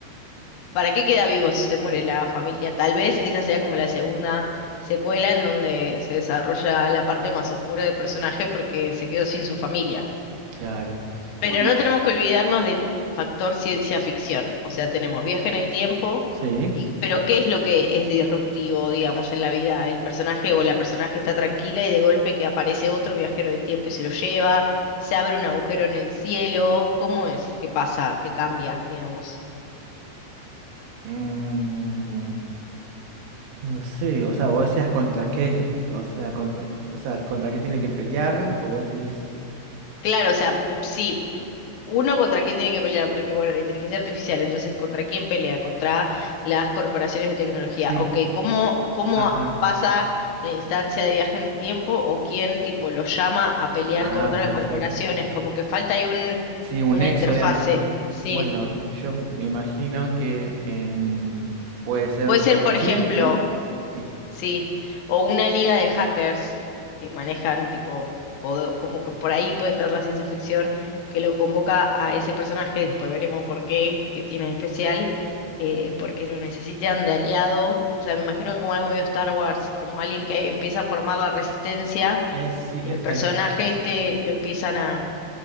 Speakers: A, on the left; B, on the right.
A: ¿para qué queda vivo si se muere la familia? Tal vez esa sea como la segunda secuela en donde se desarrolla la parte más oscura del personaje porque se quedó sin su familia.
B: claro.
A: Pero
B: Bueno,
A: no tenemos que olvidarnos del factor ciencia ficción. O sea, tenemos viaje en el tiempo,
B: sí.
A: y, pero ¿qué es lo que es disruptivo, digamos, en la vida? El personaje o la personaje está tranquila y de golpe que aparece otro viajero del tiempo y se lo lleva, se abre un agujero en el cielo. ¿Cómo es? ¿Qué pasa? ¿Qué cambia, digamos?
B: Mm, no sé, o sea, vos decías contra qué, o sea, contra, o sea, contra qué tiene que pelear, o vos decís,
A: Claro, o sea, mm, sí, uno contra quién tiene que pelear, porque bueno, la inteligencia artificial, entonces, ¿contra quién pelea? Contra las corporaciones de tecnología.
B: sí,
A: Ok, ¿cómo, cómo
B: ajá,
A: pasa la instancia de viaje en el tiempo o quién tipo los llama a pelear
B: ah,
A: contra las
B: perfecto.
A: corporaciones? Como que falta ahí un,
B: Sí, un
A: una
B: nexo,
A: interfase.
B: digamos.
A: Sí.
B: Bueno, yo me imagino que en- puede ser
A: Puede ser,
B: por
A: por
B: accidente,
A: ejemplo,
B: sí,
A: Sí, o una liga de hackers que manejan tipo, podo- como que por ahí puede entrar la ciencia ficción, que lo convoca a ese personaje, después veremos por qué, qué tiene de especial, eh, porque lo necesitan de aliado, o sea, me imagino como algo medio Star Wars, como alguien que empieza a formar la resistencia
B: es, sí,
A: y
B: exacto.
A: el personaje este lo empiezan a,